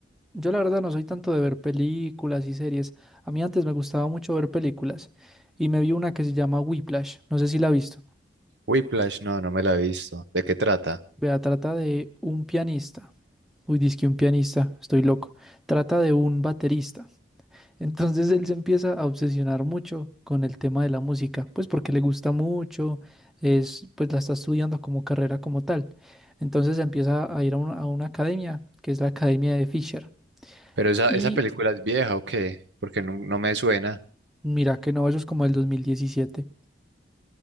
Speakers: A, in the centre; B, on the right (about 70°).
A: yo la verdad no soy tanto de ver películas y series. A mí antes me gustaba mucho ver películas y me vi una que se llama Whiplash. No sé si la has visto.
B: Whiplash, no, no me la he visto. ¿De qué trata?
A: Vea, trata de un pianista. Uy, dizque un pianista, estoy loco. Trata de un baterista. <laughs> Entonces él se empieza a obsesionar mucho con el tema de la música, pues porque le gusta mucho, es, pues la está estudiando como carrera como tal. Entonces empieza a ir a una, a una academia, que es la Academia de Fisher.
B: Pero esa,
A: Y
B: esa película es vieja o qué? Porque no, no me suena,
A: Mira que no, eso es como el 2017.